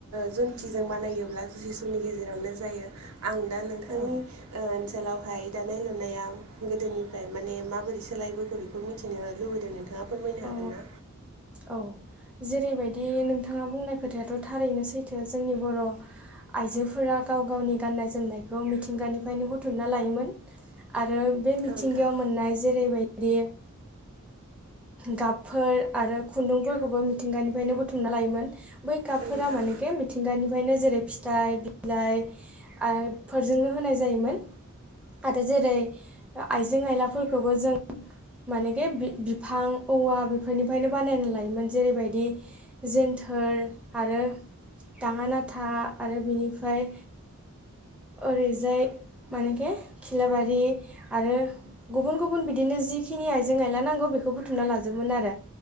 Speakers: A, on the right; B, in the centre.
A: जुन्थिजों बानायोब्ला जुसि समनि गेजेरावनो जायो। आं दा नोंथांनि
B: औ
A: ओ आथाखालावहाय दानाय लुनाया गोदोनिफ्राय माने माबोरै सोलायबोगो बेखौ मिथिनो लुबैदों नोंथाङा? फोरमायनो हागोन
B: औ
A: ना
B: औ औ। जेरैबायदि नोंथाङा बुंनाय खोथायाथ' थारैनो सैथो जोंनि बर' आइजोफोरा गाव गावनि गाननाय जोमनायखौ मिथिंगानिफ्रायनो बुथुमना लायोमोन। आरो बे मिथिंगायाव
A: औ नोंथां
B: मोननाय जेरैबायदि गाबफोर आरो खुन्दुंफोरखौबो मिथिंगानिफ्रायनो बुथुमना लायोमोन। बै गाबफोरा
A: औ नोंथां
B: मानि बे मिथिंगानि ओमफ्रायनो जेरै फिथाइ बिलाइ फोरजोंनो होनाय जायोमोन। आरो जेरै आइजें आयलाफोरखौबो जों माने बे बिफां औवा बेफोरनिफ्रायनो बानायना लायोमोन जेरैबायदि जेन्थोर आरो दाङोनाथा आरो बेनिफ्राय ओरैजाय मानेखे खिलाबारि आरो गुबुन गुबुन बिदिनो जिखिनि आयजें आयला नांगौ बेखौ बुथुमना लाजोबमोन आरो।